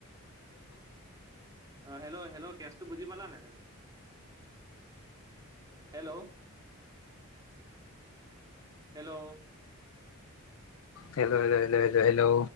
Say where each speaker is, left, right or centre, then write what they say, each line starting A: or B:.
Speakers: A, on the right; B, on the left.
A: অ', হেল্ল' হেল্ল' কেচটো বুজি পালা নে তুমি, hello? Hello?
B: Hello hello hello hello hello?